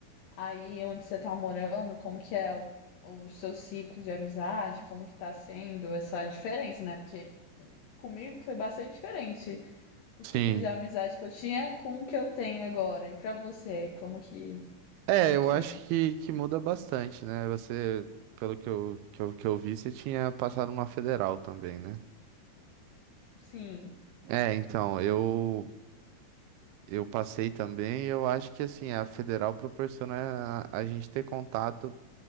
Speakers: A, on the left; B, on the right.
A: aí onde você tá morando, como que é o o seu ciclo de amizade, como que tá sendo essa diferença, né? Porque comigo foi bastante diferente o
B: Sim,
A: ciclo de amizade que eu tinha com o que eu tenho agora. E pra você, como que
B: É,
A: como
B: eu
A: que
B: acho
A: é?
B: que, que muda bastante, né? Você, pelo que eu, que eu, que eu vi, você tinha passado uma federal também, né?
A: Sim,
B: É, então, eu, eu passei também e eu acho que, assim, a federal proporciona a, a gente ter contato.